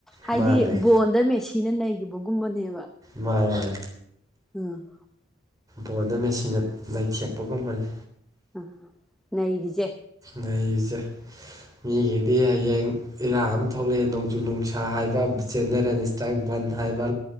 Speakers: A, in the centre; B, on the right.
A: ꯍꯥꯏꯗꯤ
B: ꯃꯥꯅꯦ
A: ꯕꯣꯟꯗ ꯃꯦꯁꯤ ꯊꯤꯅ ꯅꯩꯈꯤꯕꯒꯨꯝꯕꯅꯦꯕ
B: ꯃꯥꯅꯦ ꯃꯥꯅꯦ
A: ꯎꯝ
B: ꯕꯣꯟꯗ ꯃꯦꯆꯤꯟꯅ ꯂꯩꯥꯏꯊꯦꯛꯄꯒꯨꯝꯕꯅꯤ
A: ꯑ ꯅꯩꯔꯤꯖꯦ
B: ꯅꯆ ꯃꯤ ꯗꯤ ꯍꯌꯦꯡ ꯏꯔꯥꯡ ꯑꯃ ꯊꯣꯛꯂꯛꯑꯦ ꯅꯣꯡꯖꯨ ꯅꯨꯡꯁꯥ ꯍꯥꯏꯕ ꯖꯦꯅꯦꯔꯦꯜ ꯏꯁꯇ꯭ꯔꯥꯏꯛ ꯕꯟ ꯍꯥꯏꯕ